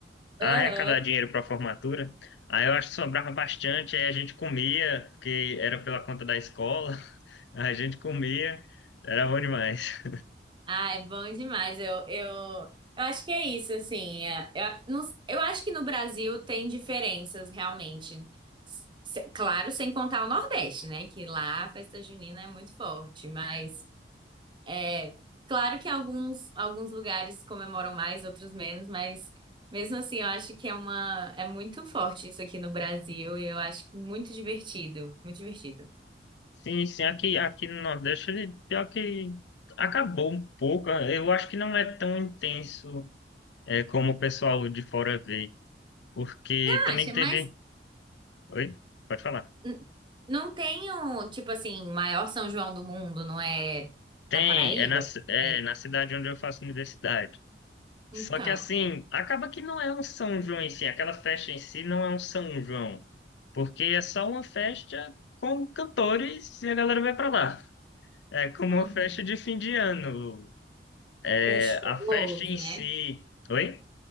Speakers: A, on the left (about 80°); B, on the right (about 25°).
A: arrecadar
B: Aham.
A: dinheiro pra formatura. Aí eu acho que sobrava bastante, aí a gente comia, porque era pela conta da escola, <laughs> a gente comia, era bom demais.
B: Ai, bom demais. Eu, eu, eu acho que é isso, assim. é, Eu, não- eu acho que no Brasil tem diferenças, realmente. Se- claro, sem contar o Nordeste, né? Que lá a festa junina é muito forte, mas é claro que alguns, alguns lugares comemoram mais, outros menos, mas mesmo assim eu acho que é uma, é muito forte isso aqui no Brasil e eu acho muito divertido, muito divertido.
A: Sim, sim, aqui, aqui no Nordeste, ele, pior que acabou um pouco. Eu acho que não é tão intenso é, como o pessoal de fora vê, porque também
B: acha,
A: teve.
B: mas
A: Oi? Pode falar.
B: n- não tem um tipo assim, maior São João do mundo, não é
A: Tem,
B: na Paraíba?
A: é na, ci- é
B: É.
A: na cidade onde eu faço universidade. Só
B: Então,
A: que assim, acaba que não é um São João em si, aquela festa em si não é um São João, porque é só uma festa com cantores e a galera vai pra lá. É como
B: uhum.
A: uma festa de fim de ano. É,
B: Com shows,
A: a festa em
B: né?
A: si. Oi?